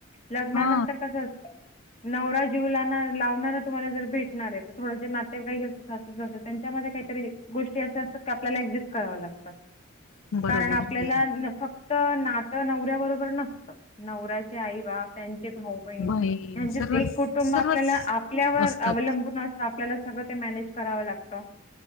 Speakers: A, on the left (about 35°); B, on the left (about 80°).
A: लग्नानंतर
B: हा
A: कसं असत नवरा जीव लाणार लावणारा तुम्हाला जर भेटणार आहे तर थोडसे नातेवाईक सासू सासरे त्यांच्यामध्ये काहीतरी गोष्टी अशा असतात की आपल्याला एडज करावे लागत
B: बरोबर
A: कारण आपल्याला
B: आहे
A: फक्त नातं नवऱ्या बरोबर नसतं. नवऱ्याचे आई बाप, त्यांचे भाऊ बहिण
B: बाई
A: म्हणजेच
B: सर्वच
A: एक कुटुंब
B: सर्वच
A: आपल्याला आपल्यावर
B: असतात.
A: अवलंबून असत आपल्याला सगळं ते मॅनेज करावं लागतं.